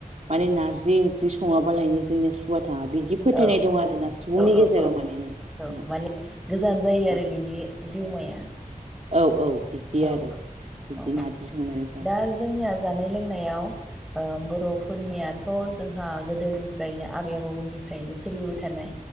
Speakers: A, on the right (about 50°); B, in the centre.
A: माने नारजि ओंख्रि सङाबालायनो जों वा थाङा बिदि फोथायनाय
B: औ
A: दं आरोना सुबुंनि
B: औ औ
A: गेजेराव
B: औ
A: माने नोंथां।
B: औ माने गोजान जायो
A: औ
B: आरो बिनि। जिउमाया।
A: औ औ। बिदि
B: औ
A: आरो बिदि
B: औ
A: नार्जि संनानै जायो।
B: दा जोंनिया जानाय लोंनायाव ओ बर'फोरनियाथ' जोंहा गोदोनिफ्रायनो आबै आबौमोननिफ्रायनो सोलिबोबाय थानाय।